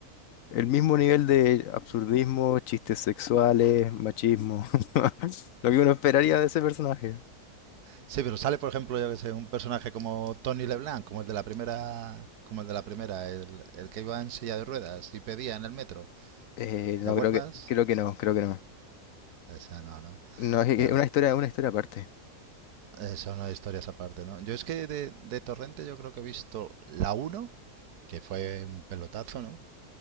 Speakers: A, on the left (about 65°); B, on the right (about 80°).
A: el mismo nivel de absurdismo, chistes sexuales, machismo, <laughs> lo que uno esperaría de ese personaje.
B: Sí, pero sale, por ejemplo, yo que sé, un personaje como Tony LeBlanc, como el de la primera, como el de la primera, el, el que iba en silla de ruedas y pedía en el metro.
A: Eh, no
B: ¿Te acuerdas?
A: creo que, creo que no, creo que no.
B: Esa no, ¿no?
A: No, es
B: Claro.
A: que una historia, una historia aparte.
B: Eso no historias aparte, ¿no? Yo es que de, de Torrente yo creo que he visto la uno, que fue un pelotazo, ¿no?